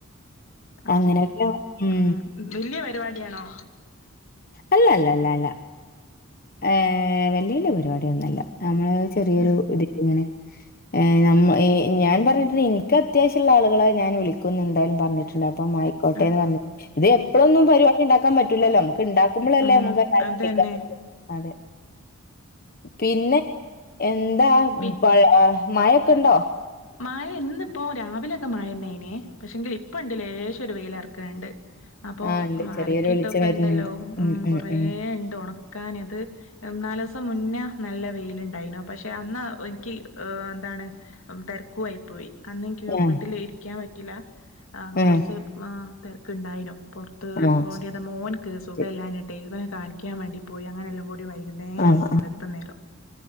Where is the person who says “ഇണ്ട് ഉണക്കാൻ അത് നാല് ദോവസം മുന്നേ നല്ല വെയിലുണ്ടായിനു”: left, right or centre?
Left